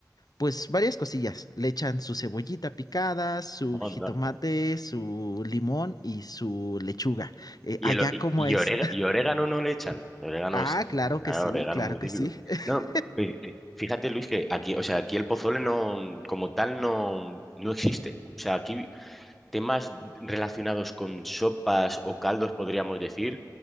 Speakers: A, on the left; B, in the centre.
A: Pues varias cosillas. Le echan su cebollita picada, su jitomate,
B: anda.
A: su limón y su lechuga. Eh,
B: Y,
A: allá,
B: el, o- y,
A: ¿cómo
B: y
A: es?
B: orega- y orégano no le echan. Orégano
A: Ah,
B: sí.
A: claro que
B: Ah,
A: sí,
B: orégano
A: claro
B: es muy típico.
A: que sí. <laughs>
B: No, pe- que- fíjate, Luis, que aquí, o sea, aquí el pozole no, como tal, no, no existe. O sea, aquí temas relacionados con sopas o caldos, podríamos decir,